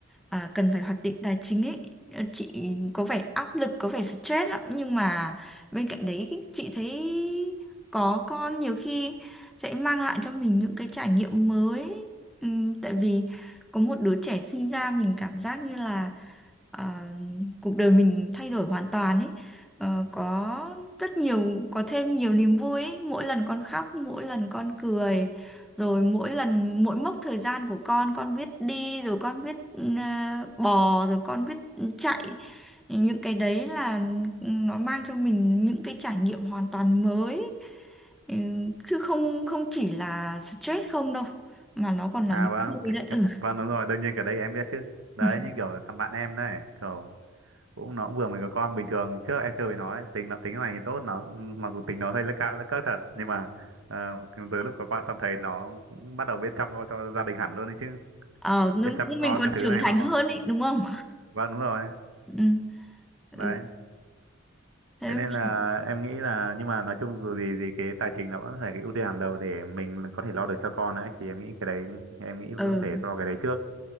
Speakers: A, in the centre; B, on the right (about 70°).
A: à, cần phải hoạch định tài chính ấy, ờ, chị có vẻ áp lực, có vẻ stress lắm. Nhưng mà bên cạnh đấy chị thấy có con nhiều khi sẽ mang lại cho mình những cái trải nghiệm mới. ấy. Ừm, tại vì có một đứa trẻ sinh ra mình cảm giác như là à, cuộc đời mình thay đổi hoàn toàn ấy. Ờ, có rất nhiều, có thêm nhiều niềm vui ấy. Mỗi lần con khóc, mỗi lần con cười rồi mỗi lần mỗi mốc thời gian của con con biết đi rồi con biết ừ, bò rồi con biết chạy những cái đấy là nó mang cho mình những cái trải nghiệm hoàn toàn mới Ừ, chứ không không chỉ là stress không đâu mà nó còn là
B: à
A: niềm
B: vâng
A: vui
B: cái-
A: đấy ừ
B: vâng đúng rồi đương nhiên cái đấy em biết chứ đấy
A: <laughs>
B: như kiểu thằng bạn em đấy kiểu cũng nó cũng vừa mới có con bình thường trước em chưa với nó ấy, tính nó tính này thì tốt nó mặc dù tính nó hơi lấc ca lấc cấc thật nhưng mà ờ, từ lúc có con xong thấy nó cũng bắt đầu biết chăm lo cho gia đình hẳn luôn đấy chứ
A: ờ
B: biết
A: nó-
B: chăm con
A: mình còn
B: các
A: trưởng
B: thứ này
A: thành
B: nó
A: hơn ý đúng không
B: vâng đúng rồi
A: <laughs> ừ,
B: đấy
A: ừ. thế
B: thế nên
A: mình
B: là em nghĩ là nhưng mà nói chung dù gì gì cái tài chính là vẫn phải cái ưu tiên hàng đầu để mình có thể lo được cho con ấy thì em nghĩ cái đấy em nghĩ vẫn
A: ừ,
B: phải lo cái đấy trước